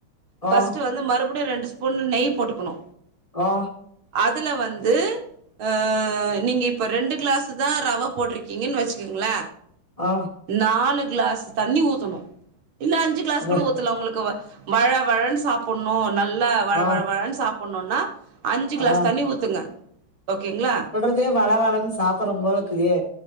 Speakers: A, on the left (about 20°); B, on the right (about 85°).
A: ஆ
B: ஃபர்ஸ்ட்டு வந்து மறுபடியு ரெண்டு ஸ்பூனு நெய் போட்டுக்னு
A: ஆ
B: அதுல வந்து அ நீங்க இப்போ ரெண்டு கிளாஸ்ஸு தா ரவ போட்ருக்கீங்கன் வச்சுக்கங்ள
A: ஆ
B: நாலு கிளாஸ் தண்ணி ஊத்தனு இல்ல அஞ்சி கிளாஸ்
A: ர
B: கூட ஊத்தலா உங்களுக்கு வ வழ வழன் சாப்புண்ணோ நல்லா வழ
A: ஆ
B: வழ வழன் சாப்புண்ணோன்னா அஞ்சு கிளாஸ்
A: ஆ
B: தண்ணி ஊத்துங்க ஓகேங்ளா
A: இதே வழ வழன் சாப்புறும் போலக்குதே